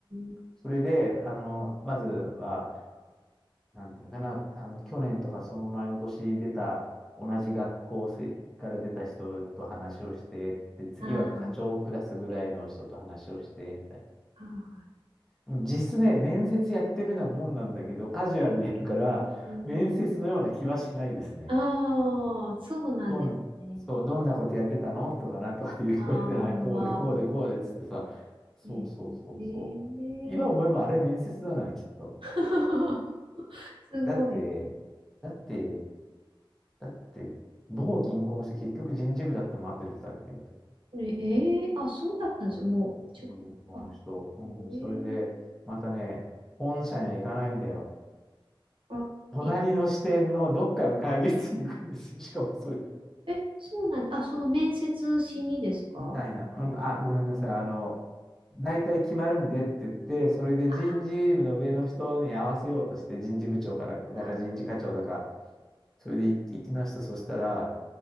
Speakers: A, on the right (about 70°); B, in the centre.
A: ん。
B: それで、あの、まずは、なんていうのかな、あの、去年とかその前の年出た、同じ学校せから出た人と話をして、で、次は課長クラスぐらいの人と話をして、
A: あ
B: みたいな。
A: あ、はいは
B: うん実質ね、面接やってるようなもんなんだけど、カジュアルでやるから、
A: い。うん。
B: 面接のような気はしないですね。
A: ああ、そうなんですね。
B: どん、そう、どんなことやってたのとかなんとかっていう声で、
A: ああ。
B: はい、こうで、こうで、こうでっつってさ、そうそうそうそう。
A: ええ
B: 今思えばあれ面接だな、きっと。
A: <laughs> ーすごい。
B: だって、だって、だって、某銀行の人、結局人事部だったのも後で蓋開けてみたら。
A: ねえー、あ、そうだったんですよ。
B: そう某銀行の人。
A: もう、ちょ、あ、
B: うん、
A: えー、
B: それで、またね、本社には行かないんだよ。
A: あ、
B: 隣の支店のどっかの会議室に行くんですよ。
A: い
B: <laughs> しかもそれが。
A: え、そうなんで、あ、その面接しにですかうん
B: みたいな。うん、あ、ごめんなさい。あの、大体決まるんでって言って、それで人事部の上の人に合わせようとして、
A: あ
B: 人事部長かなんか、だから人事課長だか、
A: あ、
B: それで行行きました。そしたら、